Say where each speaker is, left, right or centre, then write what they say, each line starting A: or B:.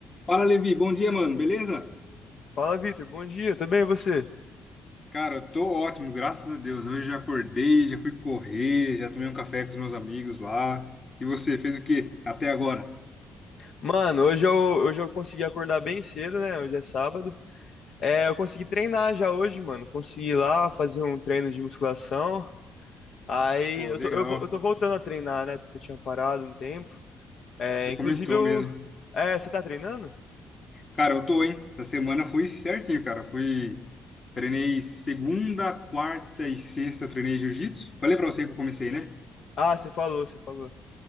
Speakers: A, on the left; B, on the left.
A: Fala, Levi. Bom dia, mano. Beleza?
B: Fala, Vitor. Bom dia, tudo bem e você?
A: Cara, eu tô ótimo, graças a Deus. Hoje já acordei, já fui correr, já tomei um café com os meus amigos lá. E você, fez o quê até agora?
B: Mano, hoje eu, hoje eu consegui acordar bem cedo, né? Hoje é sábado. É, eu consegui treinar já hoje, mano. Consegui ir lá fazer um treino de musculação. Aí
A: Pô,
B: eu
A: legal.
B: tô, eu, vou- eu tô voltando a treinar, né? Porque eu tinha parado um tempo. É,
A: Você
B: inclusive
A: comentou
B: eu.
A: mesmo.
B: É, você tá treinando?
A: Cara, eu tô, hein? Essa semana foi certinho, cara. Fui, treinei segunda, quarta e sexta, treinei jiu-jitsu. Falei pra você que eu comecei, né?
B: Ah, você falou, você falou.